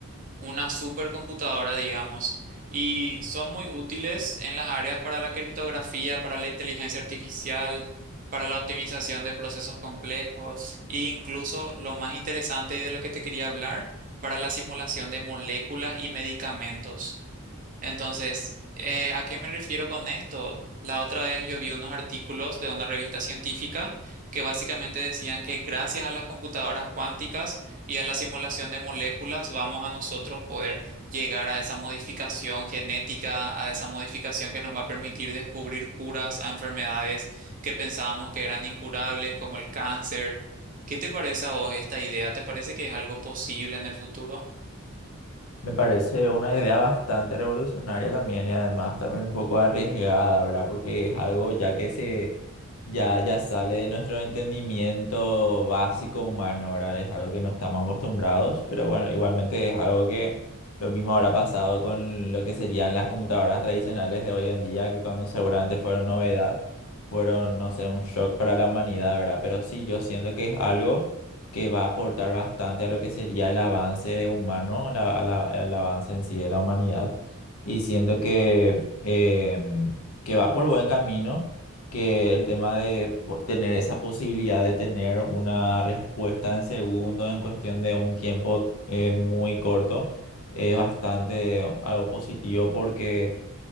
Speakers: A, on the right; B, on the left.
A: una supercomputadora, digamos, y son muy útiles en las áreas para la criptografía, para la inteligencia artificial, para la optimización de procesos complejos e incluso lo más interesante y de lo que te quería hablar, para la simulación de moléculas y medicamentos. Entonces, eh, ¿a qué me refiero con esto? La otra vez yo vi unos artículos de una revista científica que básicamente decían que gracias a las computadoras cuánticas y a la simulación de moléculas vamos a nosotros poder llegar a esa modificación genética, a esa modificación que nos va a permitir descubrir curas a enfermedades que pensábamos que eran incurables, como el cáncer. ¿Qué te parece a vos esta idea? ¿Te parece que es algo posible en el futuro?
B: me parece una idea bastante revolucionaria también y además también un poco arriesgada, ¿verdad? Porque es algo ya que se ya ya sale de nuestro entendimiento básico humano, ¿verdad? Es algo que no estamos acostumbrados, pero bueno, igualmente es algo que lo mismo habrá pasado con lo que serían las computadoras tradicionales de hoy en día, que cuando seguramente fueron novedad, fueron, no sé, un shock para la humanidad, ¿verdad? Pero sí, yo siento que es algo que va a aportar bastante a lo que sería el avance de humano, la- a la- al avance en sí de la humanidad. Y siento que, em, que va por buen camino, que el tema de po- tener esa posibilidad de tener una respuesta en segundos, en cuestión de un tiempo eh, muy corto, es bastante algo positivo porque...